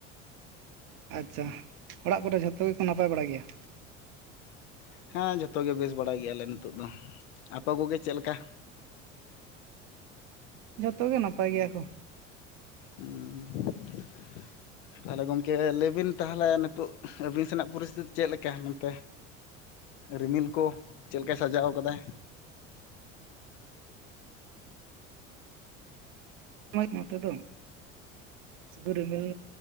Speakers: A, on the right; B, on the left.
A: ᱟᱪᱪᱷᱟ᱾ ᱚᱲᱟᱜ ᱠᱚᱨᱮ ᱡᱷᱚᱛᱚ ᱜᱮᱠᱚ ᱱᱟᱯᱟᱭ ᱵᱟᱲᱟ ᱜᱮᱭᱟ?
B: ᱦᱮᱸ ᱡᱷᱚᱛᱚ ᱜᱮ ᱵᱮᱥ ᱵᱟᱲᱟ ᱜᱮᱭᱟᱞᱮ ᱱᱤᱛᱚᱜ ᱫᱚ᱾ᱟᱯᱮ ᱠᱚᱜᱮ ᱪᱮᱫ ᱞᱮᱠᱟ?
A: ᱡᱚᱛᱚ ᱜᱮ ᱱᱟᱯᱟᱭ ᱜᱮᱭᱟ ᱠᱚ᱾
B: ᱦᱩᱸ ᱛᱟᱦᱞᱮ ᱜᱚᱝ ᱠᱮ ᱞᱟᱹᱭᱵᱤᱱ ᱛᱟᱦᱚᱞᱮ ᱱᱤᱛᱚᱜ ᱟᱹᱵᱤᱱ ᱥᱮᱱᱟᱜ ᱯᱚᱨᱤᱥᱛᱷᱤᱛᱤ ᱪᱮᱫ ᱞᱮᱠᱟ ᱢᱮᱱᱛᱮ? ᱨᱤᱢᱤᱞ ᱠᱚ ᱪᱮᱫ ᱞᱮᱠᱟᱭ ᱥᱟᱡᱟᱣ ᱟᱠᱟᱫᱟᱭ?
A: <unintelligible> ᱱᱚᱮᱛ ᱫᱚ ᱥᱩᱫᱩ ᱨᱤᱢᱤᱞ